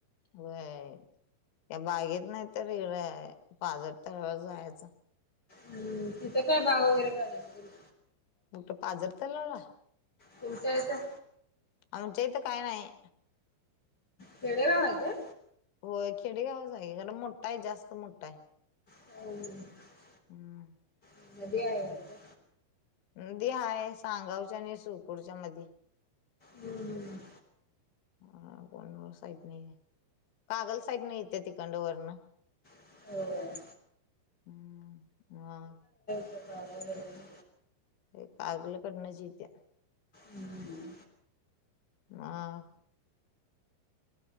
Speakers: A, on the left; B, on the left.
A: होय, त्या बागेत नाही तर इरं पाजर तलावावर जायच.
B: हम्म, तिथं काय बाग वगैरे काय नसतील.
A: कुठं, पाझर तलाव ला?
B: तुमच्या इथं?
A: आमच्या इथं काय नायी.
B: खेडेगाव हाय काय?
A: होय, खेडेगावच हाय. खरं मोठ हाय, जास्त मोठ हाय.
B: <unintelligible>
A: हम्म.
B: <unintelligible>
A: नदी हाय. सांगावच्या आणि सुळकूटच्या मधी.
B: हम्म हम्म
A: हा कुण्णूर साईटनी. कागल साईडनं इतीया तिकडनं वरनं.
B: होय.
A: उम्म्म, मग.
B: तसं आलेलं हाय.
A: ते कागल कडनच यीत्या.
B: हम्म.
A: मग.